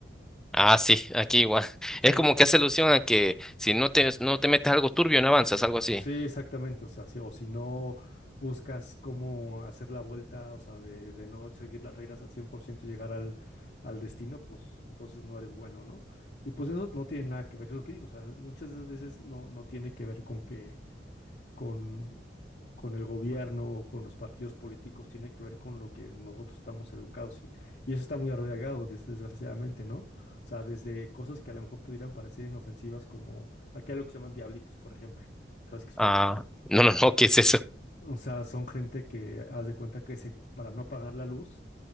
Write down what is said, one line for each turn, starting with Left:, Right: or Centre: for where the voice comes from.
Centre: Ah, sí, aquí igual. <laughs>
Left: ¿Sí?
Centre: Es como que hace alusión a que si no te, no te metes algo turbio, no avanzas, algo así.
Left: Sí, exactamente. O sea, si, o si no buscas cómo hacer la vuelta, o sea, de, de no seguir las reglas al 100% y llegar al, al destino, pues entonces no eres bueno, ¿no? Y pues eso no tiene nada que ver, es lo que digo. O sea, muchas de esas veces no, no tiene que ver con que, con con el gobierno o con los partidos políticos, tiene que ver con lo que nosotros estamos educados. Y, y eso está muy arraigado, des- desgraciadamente, ¿no? O sea, desde cosas que a lo mejor pudieran parecer inofensivas, como acá hay lo que se llaman diablitos, por ejemplo. ¿Sabes qué es
Centre: Ah,
Left: un diablito?
Centre: no, no, no, ¿qué es eso?
Left: O sea, son gente que haz de cuenta que se, cu- para no pagar la luz,